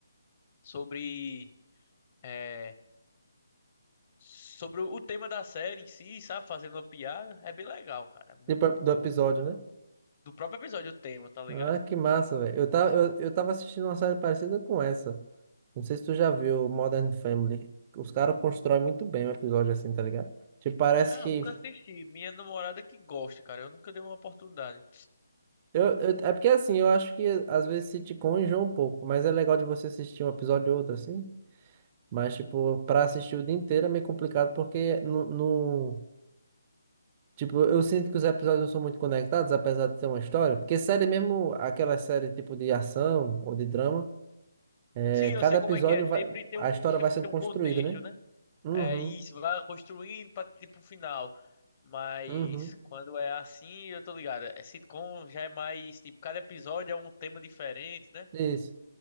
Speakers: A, on the left; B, on the right.
A: sobre, é, sobre o tema da série em si, sabe? Fazendo uma piada. É bem legal, cara. É muito,
B: Tipo,
A: muito
B: do
A: boa.
B: episódio, né?
A: Do próprio episódio, o tema, tá ligado?
B: Ah, que massa, velho. Eu tava, eu, eu tava assistindo uma série parecida com essa. Não sei se tu já viu Modern Family. Os caras constroem muito bem o episódio assim, tá ligado? Tipo, parece
A: Ah,
B: que.
A: eu nunca assisti. Minha namorada que gosta, cara. Eu nunca dei uma oportunidade.
B: Eu, eu- é porque assim, eu acho que às vezes sitcom enjoa um pouco, mas é legal de você assistir um episódio ou outro, assim. Mas, tipo, pra assistir o dia inteiro é meio complicado, porque no, no- Tipo, eu sinto que os episódios não são muito conectados, apesar de ter uma história. Porque série mesmo, aquela série tipo de ação ou de drama. É,
A: Sim,
B: cada
A: eu sei
B: episódio
A: como é que é. Sempre
B: vai,
A: tem
B: a
A: um,
B: história
A: sempre
B: vai sendo
A: tem
B: construída,
A: um contexto,
B: né?
A: né?
B: Uhum,
A: É isso, vai construindo pra, tipo, o final. Mas
B: uhum.
A: quando é assim, eu tô ligado. É sitcom já é mais, tipo, cada episódio é um tema diferente, né?
B: Isso.